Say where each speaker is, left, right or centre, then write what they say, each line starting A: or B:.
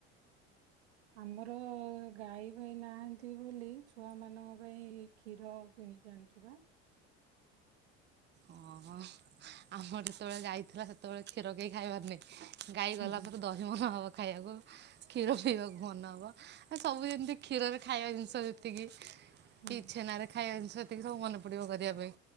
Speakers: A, on the right; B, on the right.
A: ଆମର ଗାଈ ଭାଇ ନାହାନ୍ତି ବୋଲି ଛୁଆ ମାନଙ୍କ ପାଇଁ କ୍ଷୀର କିଣିକି ଆଣୁଛୁ ବା
B: ଓହଁ ଆମର ଯେତେବେଳେ ଯାଇଥିଲା ସେତେଳେ କ୍ଷୀର କେଇ ଖାଇବାର ନାଁହିି। ଗାଈ
A: ହୁଁ
B: ଗଲା ପରେ ଦହି ମନ ହବ ଖାଇ ଆକୁ। କ୍ଷୀର ପିଇବା ମନ ହବ। ଆ ସବୁ ଯେମିତି କ୍ଷୀରରେ ଖାଇବା ଜିନିଷ ଯେତିକି
A: ହୁଁ
B: ପି ଛେନାରେ ଖାଇବା ଜିନିସ ଟିକେ ସବୁ ମନେ ପଡିବ କରିବା ପାଇଁ।